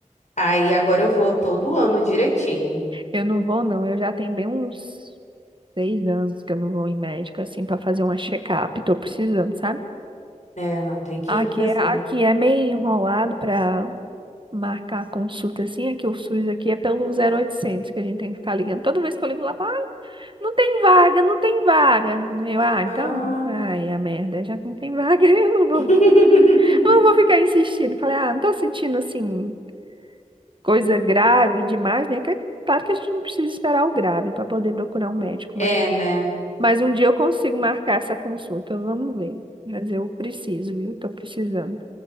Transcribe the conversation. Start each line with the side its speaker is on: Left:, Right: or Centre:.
Left: Aí agora eu vou todo ano direitinho.
Right: Eu não vou, não. Eu já tenho bem uns seis anos que eu não vou em médico, assim, pra fazer uma check-up. Tô precisando, sabe?
Left: É, não, tem que
Right: Aqui
Left: ir fazer.
Right: é, aqui é meio enrolado pra marcar consulta, assim. Aqui o SUS aqui é pelo zero oitocentos que a gente tem que ficar ligando. Toda vez que eu ligo lá, fala, ah, não tem vaga, não tem vaga. Eu, ah,
Left: Ah.
Right: então, ai, a merda, já que não tem vaga, <laughs> eu não vou,
Left: <laughs>
Right: eu não vou ficar insistindo. Falei, ah, não tô sentindo, assim, coisa grave demais, né? Que é Claro que a gente não precisa esperar o grave pra poder procurar um médico,
Left: É,
Right: mas
Left: né?
Right: Mas um dia eu consigo marcar essa consulta, vamos ver. Mas eu preciso, viu? Tô precisando.